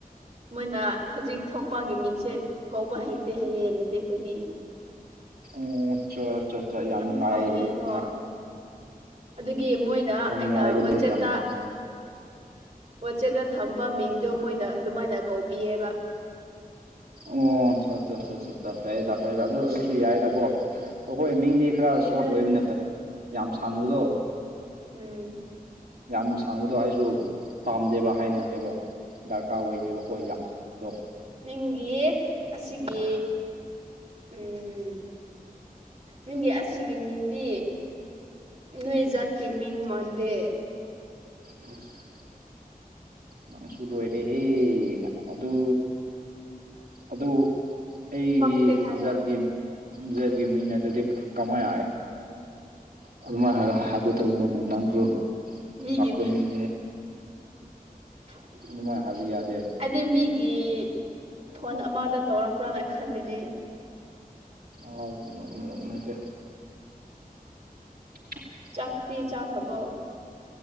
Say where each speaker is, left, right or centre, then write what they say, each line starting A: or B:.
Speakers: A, on the right; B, on the right.
A: ꯃꯣꯏꯅ ꯍꯧꯖꯤꯛ ꯊꯣꯛꯄꯒꯤ ꯃꯤꯡꯁꯦ ꯀꯧꯕ ꯍꯩꯇꯦ ꯍꯩꯌꯦ ꯃꯤꯇꯩ ꯈꯨꯗꯤ
B: ꯑꯣ ꯑꯆꯥ ꯌꯥꯝꯅꯨꯡꯉꯥꯏ
A: ꯌꯥꯝ ꯄꯪꯉꯦꯀꯣ
B: ꯌꯥꯝ
A: ꯑꯗꯨꯒꯤ ꯃꯣꯏꯅ
B: ꯌꯥꯝ
A: ꯑꯩꯅ
B: ꯂꯥꯏꯕꯅꯤ
A: ꯋꯥꯆꯦꯞꯇ
B: ꯌꯥꯝ ꯂꯥꯏ
A: ꯋꯥꯆꯦꯞꯇ ꯊꯝꯕ ꯃꯤꯡꯗꯣ ꯃꯣꯏꯅ ꯑꯗꯨꯃꯥꯏꯅ ꯀꯧꯕꯤꯌꯦꯕ
B: ꯑꯣ ꯁꯠ ꯆꯠꯠ ꯆꯠ ꯆꯠ ꯐꯩꯗ ꯐꯔꯦ ꯑꯗꯨ ꯑꯗꯨꯁꯨ ꯌꯥꯏꯗꯀꯣ ꯑꯩꯈꯣꯏ ꯃꯤꯡꯗꯤ ꯈꯔ
A: ꯈꯪꯗꯦ
B: ꯁꯣꯔꯠ ꯑꯣꯏꯕꯅꯦ ꯐꯩ ꯌꯥꯝ ꯁꯥꯡꯕꯗꯣ
A: ꯎꯝ
B: ꯌꯥꯝ ꯁꯥꯡꯕꯗꯣ ꯑꯩꯁꯨ ꯄꯥꯝꯗꯦꯕ ꯍꯥꯏꯅꯒꯦꯕ ꯗꯔꯀꯥꯔ ꯑꯣꯏꯗꯦꯕꯀꯣ ꯌꯥꯝ ꯁꯕꯗꯣ
A: ꯅꯤꯡꯒꯤ ꯑꯁꯤꯒꯤ ꯎꯝ ꯅꯪꯒꯤ ꯑꯁꯤꯒꯤ ꯃꯤꯡꯗꯤ ꯅꯣꯏ ꯏꯖꯥꯠ ꯇꯤꯃꯤ ꯃꯟꯗꯦ
B: ꯑꯝ <unintelligible> ꯅꯪꯁꯨ ꯂꯣꯏꯔꯦ ꯍꯦ ꯑꯗꯨ ꯑꯗꯨ ꯑꯩꯒꯤ
A: ꯄꯛꯇꯦ ꯍꯥꯏꯕ
B: ꯖꯥꯠꯀꯤ ꯖꯦꯠꯀꯤ ꯃꯤꯡ ꯅꯠꯇ꯭ꯔꯗꯤ ꯀꯃꯥꯏ ꯑꯗꯨꯃꯥꯏꯅꯔ ꯍꯥꯞꯀꯗꯧꯕꯅꯣꯅꯦ ꯅꯪꯁꯨ
A: ꯃꯤꯒꯤ
B: ꯉꯥꯛꯄ ꯃꯤꯅꯦ ꯍꯦꯛ
A: ꯍ
B: ꯑꯗꯨꯃꯥꯏꯅ ꯍꯥꯏꯕ ꯌꯥꯗꯦ
A: ꯑꯗꯨ ꯃꯤꯒꯤ ꯐꯣꯟ ꯑꯃꯗ ꯇꯧꯔꯛꯄ꯭ꯔꯅ ꯈꯜꯂꯤꯅꯤ
B: ꯑ ꯑꯗꯨ ꯑꯗꯨ ꯑꯗꯨꯅꯠꯇꯦ ꯍ <unintelligible>
A: ꯆꯥꯛꯇꯤ ꯆꯥꯛꯈꯕ